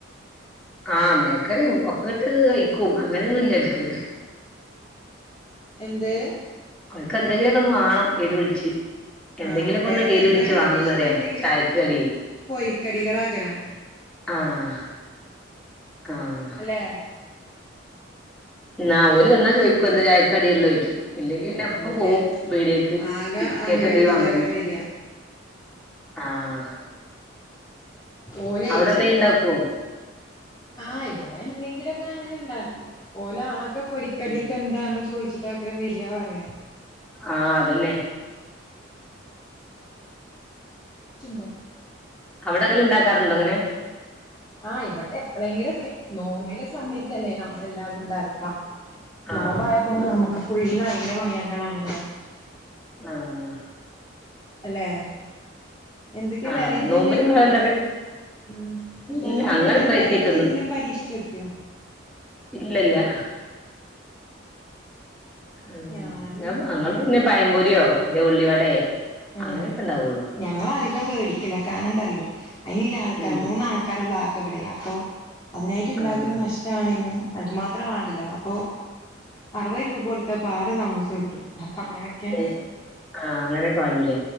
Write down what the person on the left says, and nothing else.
എന്തേ
ആഹ് ബേക്കറിയും
കാട്ടി
ഓൽക്ക് ഇഷ്ടം
എന്തെങ്കിലും
പൊരിക്കടികളാകരം
അല്ലേ
ആഹ്
ഓല്
ആകെ
അങ്ങനെ
വെച്ചിട്ടങ്ങനെ
വരിക
ഓലേ
ആഹ് ഇവിടെ എന്തെങ്കിലും ഒക്കെ അങ്ങനെണ്ടാക്കും ഓല് ആകെ പൊരി കടിയൊക്കെ
എന്താണ് ചോദിച്ചിട്ട് അക്കാരം വരാ പറയാ
ഉം ച്ച്ണ്ടോ
ആഹ് ഇവിടെ എപ്പളങ്കിലൊക്കെ നോമ്പിന്റെ സമയത്തല്ലേ നമ്മളെല്ലാതുംണ്ടാക്കാ നോമ്പായപ്പൊ
നമ്മക്ക് ഫുള്ള് അയ്ന്റെ പണിയാങ്കളാണല്ലോ
അല്ലേ എന്തൊക്കെ
വെറൈറ്റി
എന്തേലും
ഉം നോമ്പിനെന്തേലും
വെറൈറ്റി
എന്തെലും പരീക്ഷിച്ചു നോക്കിയോ
ഞാന്
മറ്റേ
ഉം
ഞങ്ങളധികം വേടിക്കല കാരണംന്താ അറിയോ അയിന്ല്ല ആൾക്കാര
മൂന്നാൾക്കാരാ ക്കാരൊള്ളു ആകെവിടെ അപ്പൊ അതിനായിട്ട് ഉണ്ടാക്കുന്ന
നഷ് ടാണേനും അത് മാത്ര വാണ്ടല്ലോ അപ്പോ അറുപത് രൂപോടു ത്താപ്പ ആറ് സമൂസ കിട്ടും അപ്പൊ അങ്ങനെയൊക്കെ